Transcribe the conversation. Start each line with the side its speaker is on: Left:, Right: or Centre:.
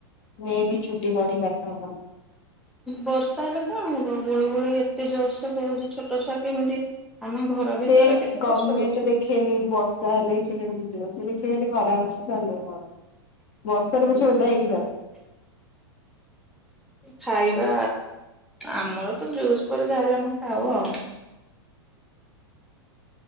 Left: ମେ ବି ଛୁଟି ବଢି ପାରିଥାନ୍ତା।
Centre: ବର୍ଷା ହେଲେ କଣ ହବ ଗୁଳିୁ ଗୁଳି ଏତେ ଜୋରସୋର ହଉଛି ଛୋଟ ଛୁଆ କେମିତି ଆମେ ଘର
Left: ସେ
Centre: ଭିତରେ କେତେ
Left: ଗମେଣ୍ଟ
Centre: କଷ୍ଟ ହଉଛି।
Left: ଦେଖେନି ବର୍ଷା ହେଲେ ସେ କେମିତି <unintelligible> ଖରା ହଉଚି ନହେଲେ ବଷ ସମସ୍ତେ ଓଦା ହେଇକି ଯାଅ।
Centre: ଖାଇବା ଆମର ତ ଜୁସ୍ ପରେ ଯାହା ହେଲେ ଆମେ ଖାଉ ଆଉ।